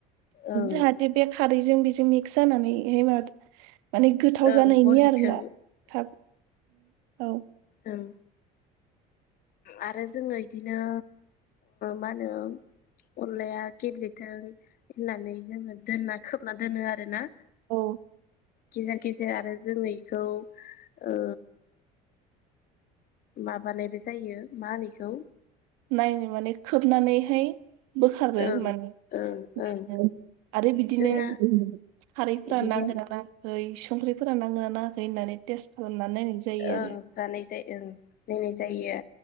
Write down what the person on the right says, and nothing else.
जाहाथे बे खारैजों बेजों मिक्स जा। <unintelligible> माने गोथाव
जानायनि
आरोना थाब। औ।
औ
नायनो माने खोबनानैहाय। बोखारो
माने
नायो आरो बिदिनो।
खारैफोरा
नांगोन ना। ओइ संख्रिफोरा नांगोन ना। <unintelligible> टेस्ट खालामनानै नायनाय जायोआरो।